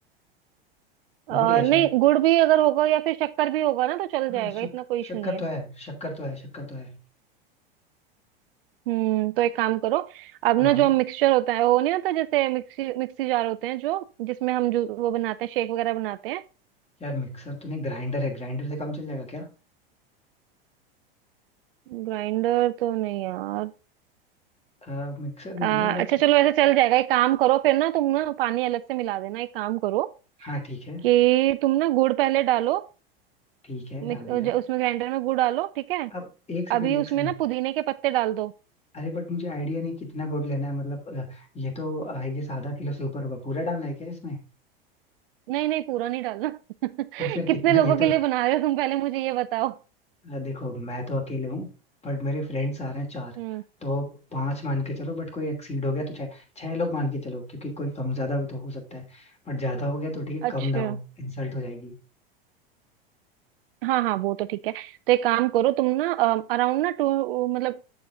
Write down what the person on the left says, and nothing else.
गुड़िया
शायद.
हाँ
शक,
शक्कर
तो है शक्कर तो है शक्कर तो है
हाँ
यार मिक्सर तो नहीं ग्राइंडर है ग्राइंडर से काम चल जाएगा क्या
आ, मिक्सर नहीं
है बट
हाँ ठीक है
ठीक है
डाल दिया
अब एक सेकंड
एक
सेकंड
अरे बट मुझे आइडिया नहीं कितना गुड़ लेना है मतलब अ, ये तो आई गेस आधा किलो से ऊपर होगा पूरा डालना है क्या इसमें
तो फिर
कितना
ये
तो
अ, देखो मैं तो अकेले हूँ बट मेरे फ्रेंड्स आ रहे हैं चार
तो पांच मान के चलो बट कोई एक्सीड हो गया तो छह छह लोग मान के चलो क्योंकि कोई कम ज्यादा भी तो हो सकता है बट ज्यादा हो गया तो ठीक है
कम ना हो इंसल्ट हो जाएगी